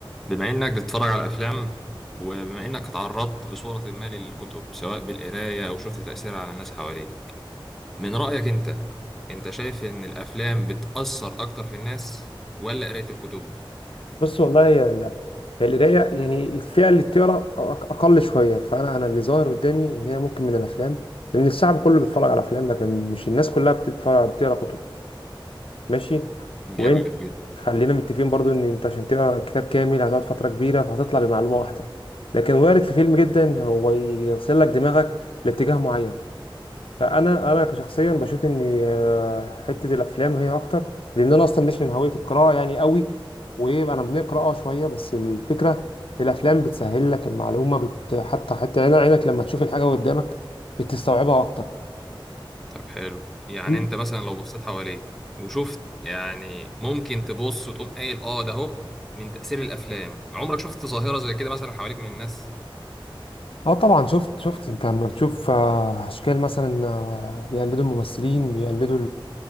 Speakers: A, in the centre; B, on the left (about 85°).
A: بما إنك بتتفرج على أفلام وبما إنك اتعرضت بصورة ما للكتب سواء بالقراية أو شفت تأثيرها على الناس حواليك من رأيك أنت أنت شايف إن الأفلام بتأثر أكتر في الناس ولا قراية الكتب؟
B: بص والله هي ال- هي القراية يعني الفئة اللي بتقرا أق- أقل شوية فأنا أنا اللي ظاهر قدامي إن هي ممكن من الأفلام لأن الشعب كله بيتفرج على أفلام لكن مش الناس كلها بتتفرج بتقرا كتب ماشي
A: جامد
B: وأنت
A: جدا
B: خلينا متفقين برضو إن أنت عشان تقرا كتاب كامل هتقعد فترة كبيرة فهتطلع بمعلومة واحدة لكن وارد في فيلم جدا هو يغسل لك دماغك لاتجاه معين فانا انا كشخصيا بشوف ان آه، حته الافلام هي اكتر لان انا اصلا مش من هويه القراءه يعني قوي وانا بنقرا اه شويه بس الفكره الافلام بتسهل لك المعلومه بت حتى حتى عين- عينك لما تشوف الحاجه قدامك بتستوعبها اكتر
A: طب حلو يعني
B: مم.
A: أنت مثلا لو بصيت حواليك وشفت يعني ممكن تبص وتقوم قايل آه ده أهو من تأثير الأفلام عمرك شفت ظاهرة زي كده مثلا حواليك من الناس؟
B: اه طبعا شفت شفت انت لما بتشوف آه، اشكال مثلا آه، بيقلدوا الممثلين بيقلدوا